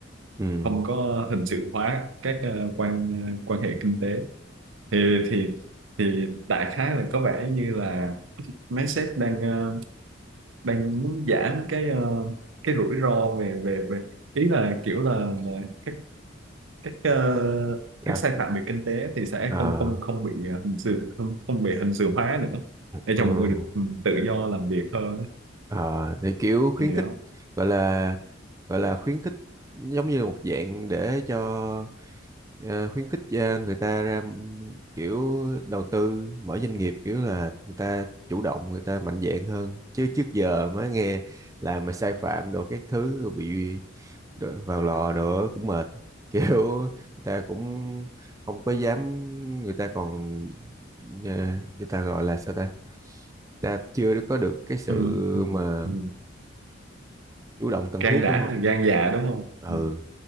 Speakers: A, on the right; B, on the right.
A: ừ
B: không có hình sự hóa các ờ, quan ờ, quan hệ kinh tế thì thì thì đại khái là có vẻ như là mấy sếp đang ờ, đang muốn giảm cái ờ, cái rủi ro về về về ý là kiểu là là các các ờ, các
A: à,
B: sai phạm về kinh tế thì sẽ
A: à,
B: không không không bị ờ, hình sự không không bị hình sự hóa nữa để
A: ừ.
B: cho mọi người được ừ, tự do làm việc hơn á.
A: Ờ, thì kiểu khuyến
B: thì
A: khích
B: đó
A: gọi là gọi là khuyến khích giống như là một dạng để cho ờ, khuyến khích ờ, người ta ra m- kiểu đầu tư mở doanh nghiệp kiểu là người ta chủ động người ta mạnh dạn hơn chứ trước giờ mới nghe là mà sai phạm đồ các thứ rồi bị đ- vào lò đồ cũng mệt <laughs> kiểu người ta cũng không có dám người ta còn ờ, người ta gọi là sao ta ta chưa có được cái sự
B: ừ, ừ,
A: mà
B: ừ.
A: chủ động cần
B: gan
A: thiết
B: đã
A: đúng không
B: là gan dạ đúng không
A: ừ
B: ừ.